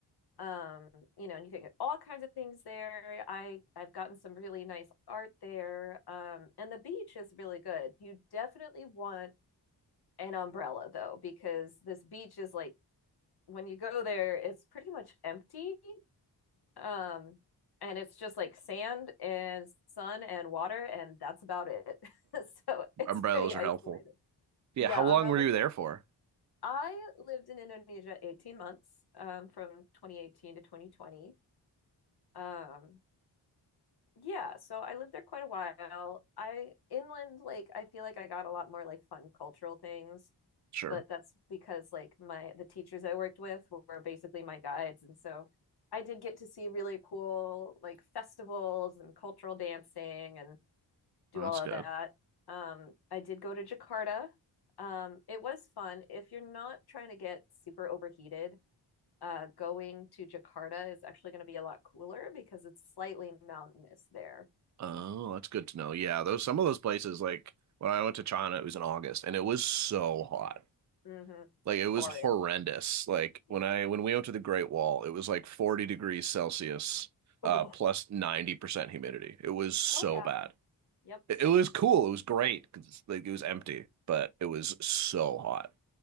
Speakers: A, on the left; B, on the right.
A: Um, you know, and you can get all kinds of things there. I I've gotten some really nice art there. Um, and the beach is really good. You definitely want an umbrella though, because this beach is like when you go there, it's pretty much empty. Um, and it's just like sand and sun and water, and that's about it. <laughs> so
B: <laughs>
A: it's
B: Umbrellas
A: pretty
B: are
A: isolated.
B: helpful. Yeah.
A: Yeah,
B: How long
A: umbrellas.
B: were you there for?
A: I lived in Indonesia 18 months, um, from 2018 to 2020. Um, yeah, so I lived there quite a while. I inland, like I feel like I got a lot more like fun cultural things.
B: Sure.
A: but that's because like my the teachers I worked with were basically my guides and so I did get to see really cool like festivals and cultural dancing and do
B: Oh, that's
A: all of
B: good.
A: that. Um, I did go to Jakarta. Um, it was fun. If you're not trying to get super overheated, uh, going to Jakarta is actually going to be a lot cooler because it's slightly mountainous there.
B: Oh, that's good to know. Yeah, those some of those places, like when I went to China, it was in August and it was so hot.
A: hmm
B: Like it was
A: Horrid.
B: horrendous. Like when
A: Yep.
B: I when we went to the Great Wall, it was like 40 degrees Celsius, uh,
A: Oh,
B: 90% humidity. It was so
A: Oh yeah.
B: bad.
A: yep.
B: It, it was cool. It was great because like it was empty, but it was so hot.